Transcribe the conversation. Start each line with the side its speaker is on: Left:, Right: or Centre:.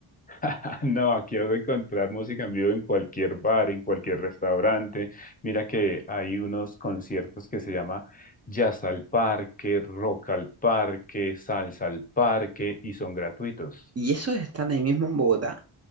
Left: <laughs> No, aquí vas a encontrar música en vivo en cualquier bar, en cualquier restaurante. Mira que hay unos conciertos que se llama Jazz al Parque, Rock al Parque, Salsa al Parque y son gratuitos.
Right: Y esos están ahí mismo en Bogotá.